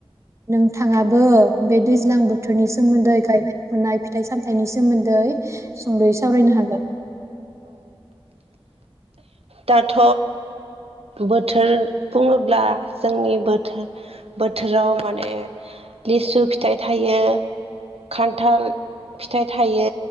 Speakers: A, on the right; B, on the right.
A: नोंथाङाबो बे दैज्लां बोथोरनि सोमोन्दै गायनाय फुनाय फिथाइ सामथायाइनि सोमोन्दै सुंदयै सावरायनो हागोन
B: दाथ बोथोर बुङोब्ला जोंनि बोथोर बोथोराव माने लिसु फिथाइ थायो खान्थाल फिथाइ थायो